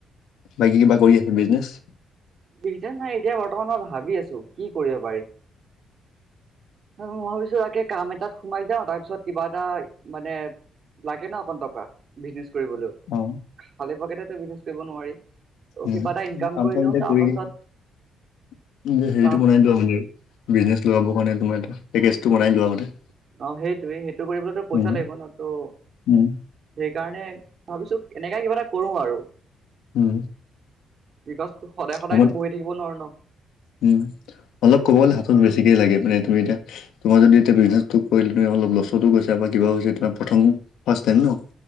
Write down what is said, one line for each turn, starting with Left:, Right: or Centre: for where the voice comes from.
Left: বাকী কিবা কৰি আছা বিজনেচ?
Right: বিচনেজ নাই এতিয়া বৰ্তমান মই ভাবি আছো কি কৰিব পাৰি? মই ভাবিছো তাকে কাম সোমাই যাও, তাৰপিছত কিবা এটা মানে লাগে ন অকন টকা, বিজনেছ কৰিবলৈও।
Left: ও।
Right: খালি পকেটো বিজনেছ কৰিব নোৱাৰি। ত'
Left: উম
Right: কিবা এটা ইনকাম
Left: কাম-চাম
Right: লওঁ
Left: এতিয়া
Right: তাৰ
Left: কৰি
Right: পাছত
Left: নিজৰ হেৰিটো
Right: তাৰ
Left: বনাই লোৱা <unintelligible> বিজনেছ লগাবৰ কাৰণে, তোমাৰ এটা পেকেজটো বনাই লোৱা আগতে।
Right: অঁ, সেইটোৱেই, সেইটোৱেই কৰিবলৈ পইচা
Left: উম
Right: লাগিবনতো।
Left: উম
Right: সেইকাৰণেই ভাবিছো, এনেকুৱা কিবা এটা কৰো আৰু
Left: উম।
Right: বিকজ, সদায়-সদায়টো
Left: হ'ব
Right: বহি থাকিব নোৱাৰো ন?
Left: উম, অলপ ক'বলে হাতত বেছিকে লাগে মানে এইটো এটা তোমাৰ যদি এতিয়া বিজনেছটো কৰিলে, তুমি অলপ লোছান হৈছে বা কিবা হৈছে, তোমাৰ প্ৰথম ফাষ্ট টাইম ন'?